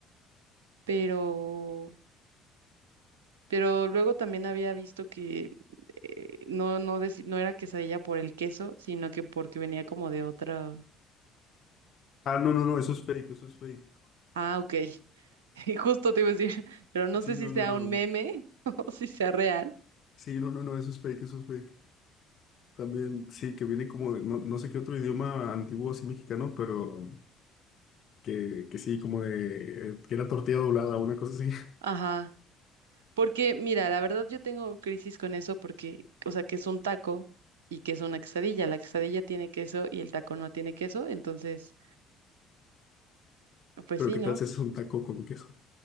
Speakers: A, on the right; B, on the left.
A: pero pero luego también había visto que eh, no no deci- no era quesadilla por el queso, sino que porque venía como de otra.
B: Ah, no, no, no, eso es fake, eso es fake.
A: Ah, ok. <laughs> Y Justo te iba a decir, <laughs> pero no
B: Sí,
A: sé si
B: no,
A: sea
B: no, no.
A: un meme <laughs> o si sea real.
B: Sí, no, no, no, eso es fake, eso es fake. También, sí, que viene como de, no, no sé qué otro idioma antiguo así mexicano, pero que, que sí, como de, eh, que era tortilla doblada o una cosa así. <laughs>
A: Ajá. Porque mira, la verdad yo tengo crisis con eso porque o sea, que es un taco y que es una quesadilla. La quesadilla tiene queso y el taco no tiene queso, entonces pues
B: Pero
A: sí,
B: qué
A: ¿no?
B: tal si es un taco con queso.